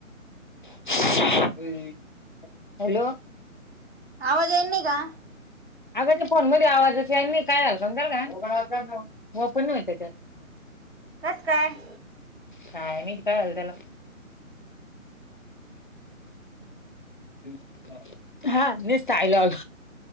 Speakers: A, on the left; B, on the right.
A: <unintelligible> हॅलो.
B: आवाज येनी का?
A: अग त्या फोन मध्ये आवाजच येईना काय झालतं त्याला ओपण नाही हो त्याच्या
B: कस काय?
A: काय नाही काय झालं तेला? <unintelligible> हा निस् डायलॉग